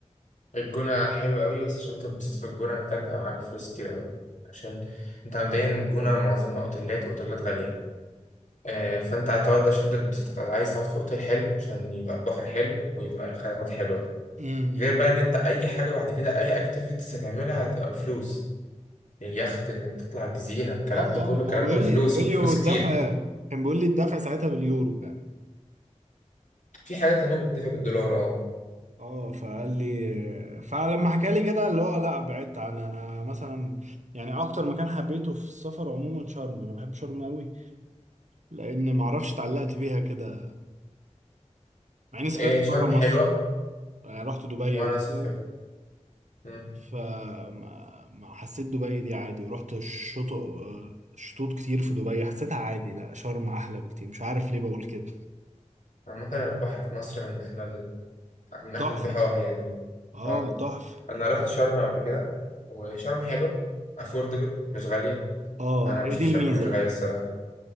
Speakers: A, on the left; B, on the right.
A: الجونة حلوة أوي بس عشان تتبسط في الجونة محتاج تبقى معاك فلوس كتير أوي عشان أنت مبدئيا الجونة معظمها أوتيلات وأوتيلات غالية آه، فأنت هتقعد عشان تتبسط هتقعد عايز تقعد في أوتيل حلو عشان يبقى البحر حلو ويبقى الخدمات حلوة
B: امم
A: غير بقى إن أنت أي حاجة بعد كده أي أكتيفيتيز هتعملها هتبقى بفلوس اليخت إنك تطلع الجزيرة الكلام
B: اه
A: ده
B: اه
A: كله الكلام
B: آه، بقول
A: ده بفلوس
B: لي بقول
A: وبفلوس
B: لي والدفع
A: كتير
B: كان بيقول لي الدفع ساعتها باليورو يعني
A: في حاجات هنا بتدفع بالدولار أه
B: اه فقال لي فلما حكى لي كده اللي هو لا بعدت عن انا مثلا يعني اكتر مكان حبيته في السفر عموما شرم انا بحب شرم قوي لان ما اعرفش اتعلقت بيها كده مع اني سافرت
A: إيه، شرم
B: بره
A: حلوة
B: مصر يعني رحت دبي
A: وأنا
B: مثلا
A: سافرت مم.
B: فما ما حسيت دبي دي عادي ورحت الشطوط شطوط كتير في دبي حسيتها عادي لا شرم احلى بكتير مش عارف ليه بقول كده
A: عامة البحر في مصر من أحلى من احلى
B: تحفة
A: البحار يعني
B: اه
A: اه
B: تحفة
A: انا رحت شرم قبل كده وشرم حلو افوردبل مش غاليه
B: اه
A: انا
B: هي
A: بشوف
B: دي الميزه
A: شرم مش غاليه
B: بقى
A: الصراحه